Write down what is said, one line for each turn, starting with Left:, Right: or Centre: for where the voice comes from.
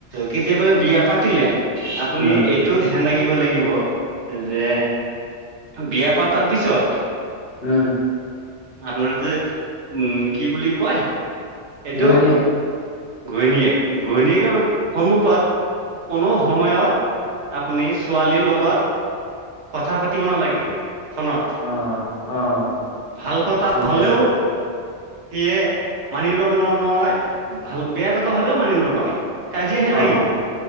Right: কেতিয়াবা বিয়া পাতিলে আপুনি।
Left: উম,
Right: টো ধ্যান ৰাখিব লাগিব যে, বিয়া পাতাৰ পিছত।
Left: উম।
Right: আপোনাৰ যে, উম কি বুলি কয়। এইটো
Left: দৈনিক।
Right: ঘৈণীয়েক, ঘৈণীয়েকৰ সন্মুখত। কোনো সময়ত আপুনি ছোৱালীৰ লগত। কথা পাতিব নালাগে ফোনত।
Left: অ', অ',
Right: ভাল কথা
Left: ঠিক
Right: হলেও।
Left: আছে,
Right: সেয়ে মানি ল নল নহয়। <unintelligible> ভাল বেয়া কথা হ'লেও মানি নলয়। কাজিয়াহে লাগিব
Left: অঁ